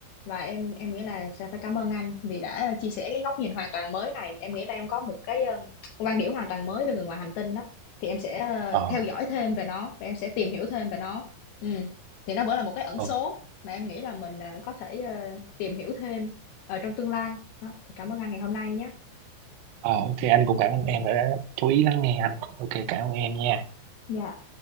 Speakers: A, on the left (about 80°); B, on the right (about 85°).
A: và em em nghĩ là sẽ phải cảm ơn anh vì đã chia sẻ cái góc nhìn hoàn toàn mới này. Em nghĩ là em có một cái um, một quan điểm hoàn toàn mới về người ngoài hành tinh đó. Thì em sẽ ờ,
B: ờ,
A: theo dõi thêm về nó và em sẽ tìm hiểu thêm về nó. Ừ. Thì nó vẫn là một cái ẩn
B: ờ,
A: số mà em nghĩ là mình ờ, có thể ờ, tìm hiểu thêm ở trong tương lai. Đó, thì cảm ơn anh ngày hôm nay nhé.
B: ờ, ok anh cũng cảm ơn em đã chú ý lắng nghe anh ok cảm ơn em nha
A: Dạ